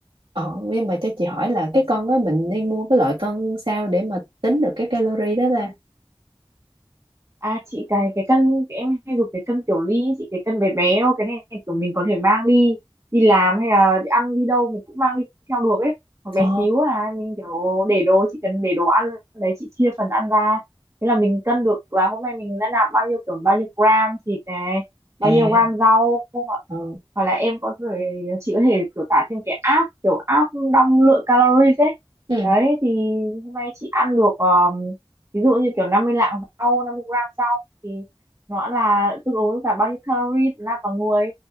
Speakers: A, on the right (about 70°); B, on the right (about 30°).
A: ờ, nhưng mà cho chị hỏi là cái con á mình nên mua cái loại cân sao để mà tính được cái calorie đó ta
B: À chị cái cái cân cái em hay dùng cái cân kiểu ly ấy chị cái cân bé bé thôi cái này kiểu mình có thể mang đi đi làm hay là đi ăn đi đâu mình cũng mang đi theo được ấy còn bé
A: ờ
B: xíu à mình kiểu để đồ chị cần để đồ ăn đấy chị chia phần ăn ra thế là mình cân được là hôm nay mình đã nạp bao nhiêu kiểu bao nhiêu gram thịt này
A: à
B: bao nhiêu gram rau không ạ?
A: ờ
B: hoặc là em có thể chị có thể kiểu tải thêm cái app kiểu app đong lượng calories ấy
A: ừ
B: đấy thì hôm nay chị ăn được ờ, ví dụ như kiểu 50 lạng rau 50 gram rau thì nó là tương ứng với cả bao nhiêu calorie ra cả người